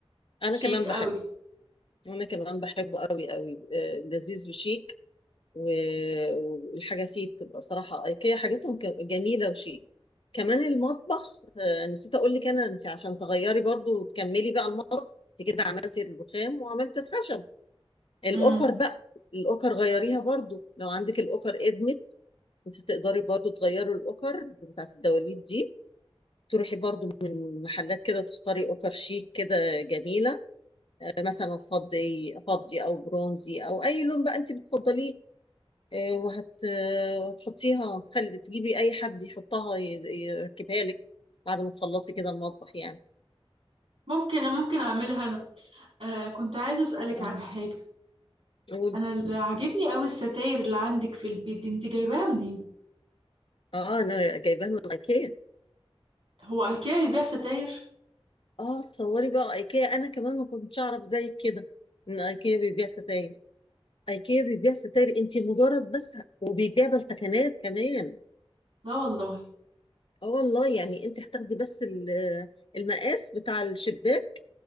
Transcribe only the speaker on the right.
شيك
قوي
امم
ممكن ممكن اعملها انا آه كنت عايزة اسألك
عن حاجة
انا اللي عاجبني قوي الستاير اللي عندك في البيت دي انت جايباها منين
هو ايكيا بيبيع ستاير
لا والله